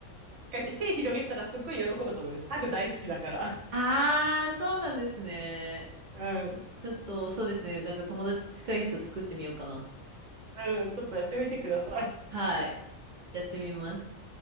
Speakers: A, on the right (about 75°); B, on the right (about 60°).
A: うやって手広げたらすっごい喜ぶと思います。ハグ大好きだから。
B: あー、そうなんですね。
A: うん。
B: ちょっと、そうですね。なんか友達近い人作ってみようかな。
A: うん、ちょっとやってみてください。
B: はい。やってみます。